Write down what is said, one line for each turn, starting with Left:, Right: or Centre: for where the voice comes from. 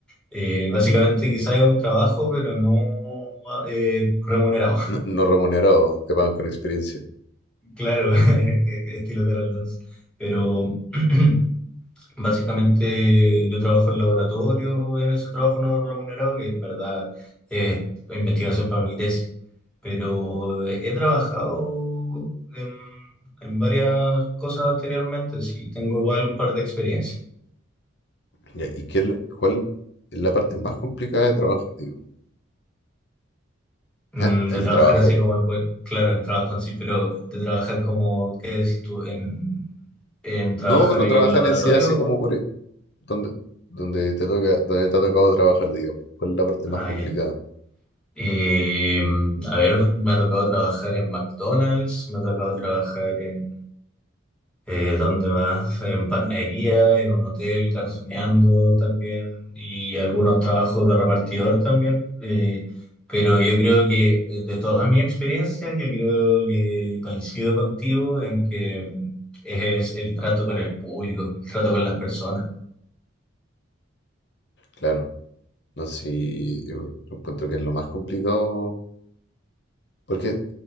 Centre: Eh, básicamente quizás es un trabajo, pero no eh, remunerado,
Left: No, no remunerado, te pagan con experiencia.
Centre: <laughs> claro, <laughs> estilo Carol Dance. Pero <clears throat> Básicamente yo trabajo en laboratorio, en ese trabajo no remunerado, que en verdad es investigación para mi tesis, pero he trabajado en, en varias cosas anteriormente, sí, tengo igual un par de experiencias.
Left: Ya, ¿y qué es lo- cuál es la parte más complicada de trabajar, digo
Centre: Mm,
Left: Ah, el
Centre: De trabajar
Left: trabajo.
Centre: así como, en cual- claro, el trabajo en sí, pero de trabajar como, ¿qué decís tú? En, en trabajar
Left: No, pero
Centre: ahí
Left: trabajar
Centre: en el laboratorio.
Left: en sí así como por e- donde, donde te toca, donde te ha tocado trabajar, digamos. ¿Cuál es la parte
Centre: Ah,
Left: más complicada?
Centre: ya. Eh, a ver, me ha tocado trabajar en McDonald's, me ha tocado trabajar en Eh, ¿dónde más? En panadería, en un hotel, garzoneando también, y algunos trabajos de repartidor también. eh, pero yo creo que eh, de toda mi experiencia, yo creo que coincido contigo en que mm, es el trato con el público, el trato con las personas,
Left: Claro, no sé, si yo encuentro que es lo más complicado, porque